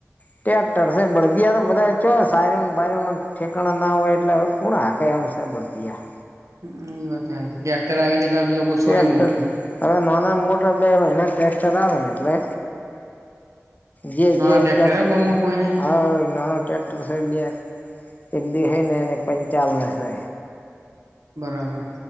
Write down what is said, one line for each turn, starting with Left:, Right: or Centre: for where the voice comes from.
Left: ટ્રેક્ટર છે, બળદિયા તો બધા ચો સાયરુંનું બાયરુંનું ઠેકાણા ના હોય એટલે હવે કોણ હાકે હવસે બળદિયાં.
Right: હમ્મ-હમ્મ. ઈ વાત <unintelligible> ટ્રેકટર આવી જતા તમ લોકોએ
Left: ટ્રેક્ટર
Right: છોડી મૂક્યું.
Left: હવે નાન મોટર બે હોય હવે એના ટેકટર આવે એટલે જે-જે
Right: નાના ટ્રેક્ટર હે ગોમમાં
Left: <unintelligible>
Right: કોઈને
Left: હા નાનો ટ્રેક્ટર છે બે, એક દેહેય ને એક પંચાલને સે.
Right: બરાબર.